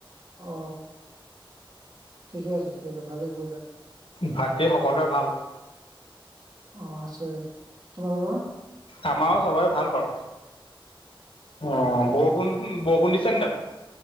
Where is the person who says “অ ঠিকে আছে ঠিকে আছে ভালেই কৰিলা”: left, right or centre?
Right